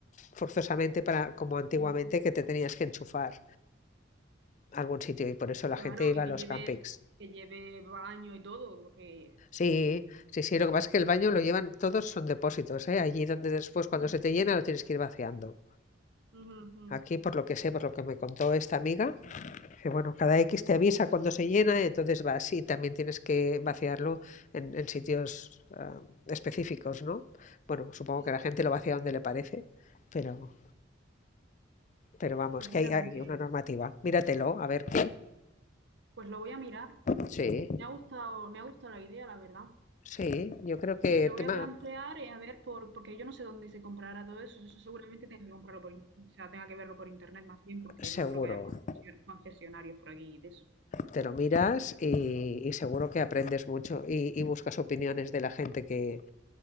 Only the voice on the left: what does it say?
forzosamente para como antiguamente
que te tenías que enchufar a algún sitio y por eso la
gente iba
a
los
campings.
Sí, sí, sí, lo que pasa es que el baño lo llevan, todos son depósitos, ¿eh? Allí donde después cuando
se te llena lo tienes que ir vaciando.
Aquí, por lo que sé, por lo que me contó esta amiga, que bueno, cada X te avisa cuando se llena, entonces vas y también tienes que vaciarlo en, en sitios ah, específicos, ¿no? Bueno, supongo
que
la gente lo vacía donde le parece, pero, pero vamos,
que
hay, hay
una normativa. Míratelo, a ver qué.
Sí,
sí, yo creo que
tema
seguro.
te lo miras y, y seguro que aprendes mucho y, y buscas opiniones de la gente que,